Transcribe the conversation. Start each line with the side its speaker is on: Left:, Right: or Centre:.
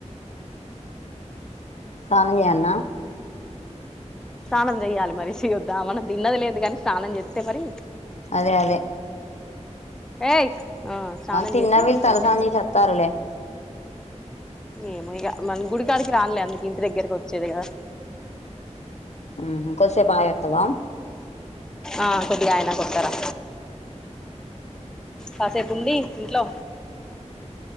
Left: సానం చేయాల్న
Centre: స్నానం చెయ్యాలి మరి చేయేద్దా మనం తిన్నది లేదు కాని స్నానం చేస్తే మరి
Left: అదే అదే
Centre: ఏయ్ ఆ స్నానం
Left: తిన్నా
Centre: చేసి
Left: వీళ్ళు
Centre: అప్పటికే
Left: తలస్నానం చేసి వత్తారులే
Centre: ఏమో ఇగ మన గుడికాడికి రానులే అందుకు ఇంటి దగ్గరకి వచ్చేది కదా
Left: ఉహు కొద్దిసేపు ఆగి వత్తవా
Centre: ఆ కొద్ది ఆయనక వస్తారా కాసేపు ఉండి ఇంట్లో